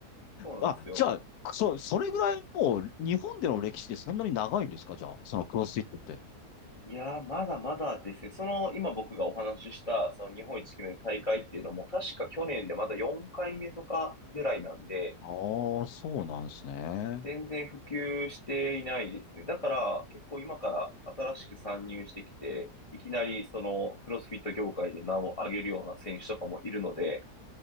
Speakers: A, on the left; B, on the left.
A: そうなんですよ。
B: あ、じゃあ、そ、それぐらいもう日本での歴史ってそんなに長いんですかじゃあ、そのクロスフィットって。
A: いやー、まだまだですね。その、今僕がお話しした、その日本一決める大会っていうのも、確か去年でまだ4回目とかぐらいなんで、
B: ああ、そうなんですね。
A: 全然普及していないですね。だから、結構今から新しく参入してきて、いきなりそのクロスフィット業界で名を上げるような選手とかもいるので、